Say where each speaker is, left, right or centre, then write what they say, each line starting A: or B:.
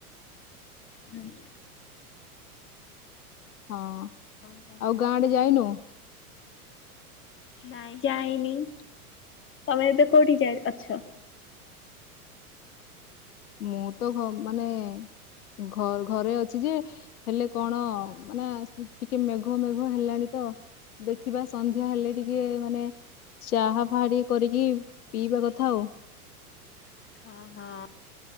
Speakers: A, on the left; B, on the left.
A: ହୁଁ।
B: ହଁ
A: ଓହୋ
B: ଆଉ ଗାଁଡେ ଯାଇନୁ?
A: ନାଇଁ ଯାଇନି ତମେ ଏବେ କୋଉଠି ଯାଇ ଅଛ?
B: ମୁଁ ତ ମାନେ ଘ ଘରେ ଅଛି ଯେ ହେଲେ କଣ ମାନେ ଟିକେ ମେଘ ମେଘ ହେଲାଣି ତ। ଦେଖିବା ସନ୍ଧ୍ୟା ହେଲେ ଟିକେ ମାନେ ଚାହା ଫା ଟିକେ କରିକି ପିଇବା କଥା ଆଉ।
A: ହଁ ହଁ।